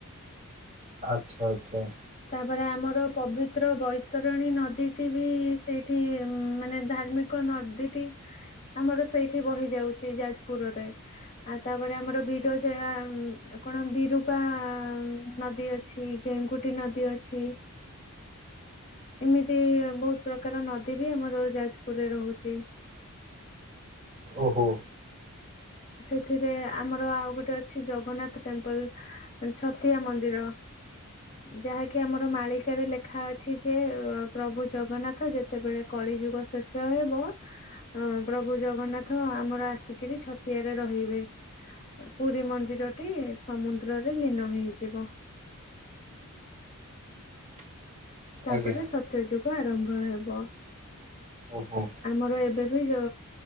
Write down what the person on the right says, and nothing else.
ଆଚ୍ଛା ଆଚ୍ଛା।
ଓହୋ।
ଆଜ୍ଞା
ଓହୋ।